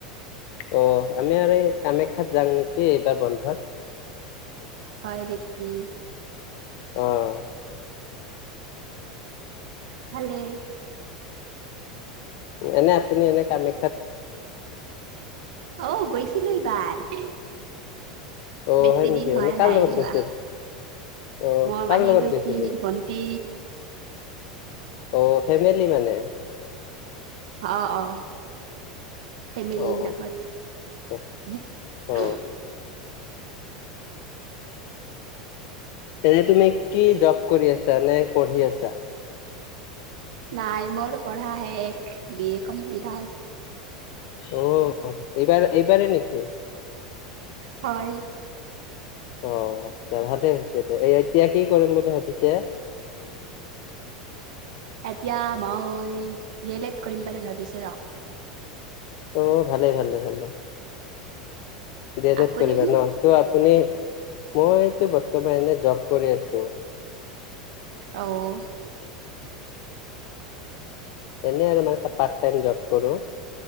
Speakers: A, on the left; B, on the right.
A: অ' আমি আৰু এই কামাখ্যাত যাম নেকি এইবাৰ বন্ধত।
B: হয় নেকী?
A: অ'।
B: ভালে।
A: এনে আপুনি এনে কামে
B: অ গৈছিলো ইবাৰ। স
A: অ
B: বেছি
A: হয় নেকি
B: দিন হোৱাই
A: এনে কাৰ
B: নাই
A: লগত
B: যোৱা
A: গৈছিল? অ
B: মোৰ
A: কাৰ
B: মাহী
A: লগত
B: গৈছিল
A: গৈছিলে?
B: ভণ্টি
A: অ ফেমিলি মানে?
B: অ অ ফেমিলিৰ
A: অ
B: লগত
A: আচ্ছা। অ এনে তুমি কি জব কৰি আছা নে পঢ়ি আছা?
B: নাই মোৰ পঢ়া হে এক বি এ কমপ্লিট হল।
A: অ এইবাৰ এইবাৰেই নেকি?
B: হয়
A: অ আচ্ছা ভালে হৈছে দে এতিয়া কি কৰিম বুলি ভাবিছে?
B: এতিয়া মই দি এল এদ কৰিম বুলি ভাবিছো ৰ।
A: অ ভালে ভালে ভালে। ডি এল
B: আপুনি
A: লেট কৰিবা ন ত' আপুনি মইটো বৰ্তমান এনে জব কৰি আছো।
B: অহ
A: এনেই আৰু মানে পাৰ্ট টাইম জব কৰো।